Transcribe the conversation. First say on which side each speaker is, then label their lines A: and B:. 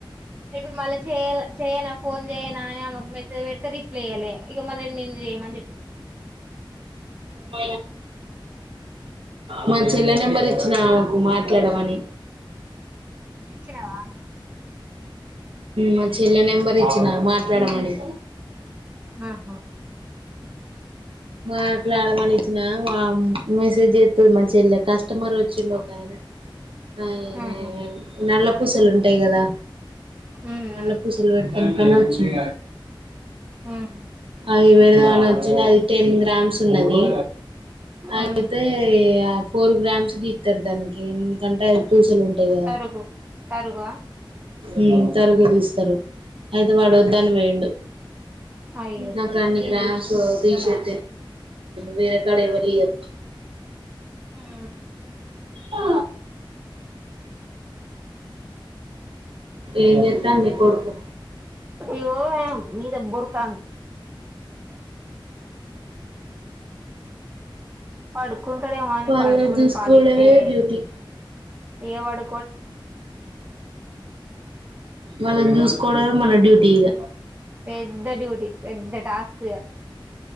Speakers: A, on the right; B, on the right.
A: ఇప్పుడు మళ్ళీ చేయాల చెయనా ఫోన్ చేయనా అని ఆమెకు మెసేజ్ పెడితే రిప్లై అయ్యాలే ఇగా మళ్ళ నిన్ను చేయమని చెప్
B: <inaudible> మా చెల్లె నెంబర్ ఇచ్చినా ఆమ్ కుమార్ ట్లామని,
A: ఇచ్చినవా
B: మా చెల్లె నెంబర్ ఇచ్చిన మాట్లాడమని
A: ఆహా
B: మాట్లాడమని ఇచ్చిన మా మెసేజ్ చెత్తది మా చెల్లె కష్ మరు వచ్చిండు ఒక ఆయన. ఆయన
A: ఆహా
B: నల్ల పూసలు ఉంటాయి కదా,
A: ఉమ్
B: నల్ల పూస ఆడికి
A: ఉమ్
B: పెడదాం అచ్చిండు అది టెన్ గ్రామ్స్ ఉన్నది అయితే
A: ఉమ్
B: ఆ ఫోర్ గ్రామ్స్ తిత్తారు దానికి ఎందుకంటే పూసలు ఉంటాయి కదా.
A: తరుగు తరుగువా
B: ఉమ్ తరగు తీస్తారు అయితే వాడు వద్దని పోయిండు
A: అయ్యో
B: నాకు అన్ని క్రాస్ టీషర్ వేర కడ ఎవళ్ళియ్యారూ
A: ఊ
B: ఆ ఏం చేత్తండు నీ కొడుకు
A: ఇగో ఏమో మీద బోర్రుతాండు పడు కుంటాడేమో అని
B: వాళ్ళని
A: పడుకోని
B: చూసుకోవడమే
A: పాలిస్తే
B: డ్యూటీ
A: ఏ వాడు
B: వాళ్ళని చూసుకోవడమే మన డ్యూటీ ఇగ
A: పెద్ద డ్యూటీ పెద్ద టాస్క్ ఇగ